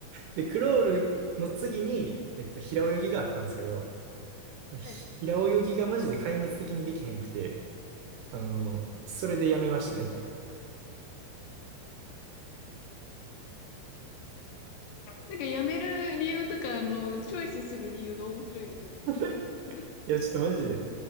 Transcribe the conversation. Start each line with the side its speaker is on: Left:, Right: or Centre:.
Right: で、クロールの次に、えっと、平泳ぎがあったんですけど、ひ平泳ぎがマジで壊滅的にできへんくて、
Left: はい。
Right: あの、それでやめましたね。
Left: なんかやめる理由とか、あの、チョイスする理由が面白いですね。
Right: <laughs>
Left: <laughs>
Right: いや、ちょっとマジで、